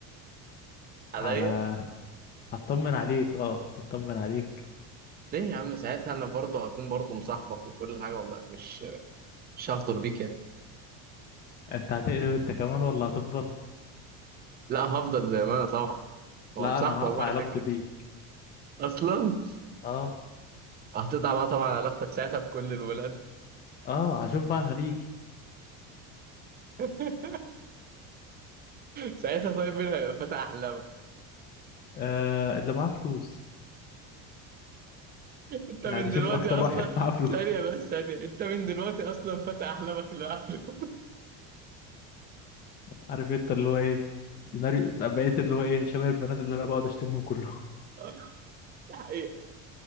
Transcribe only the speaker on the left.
على <laughs> هطمن عليك اه هطمن عليك
انت هتقلب انت كمان ولا هتفضل
لا انا هقطع
علاقتي
بيك
اه
اه هشوف بقى خليجي
آه اللي معاه فلوس
يعني
شوف اكتر
واحد معاه فلوس
عارف انت اللي هو ايه سيناريو بقيت اللي هو ايه شبه البنات اللي انا بقعد اشتمهم كلهم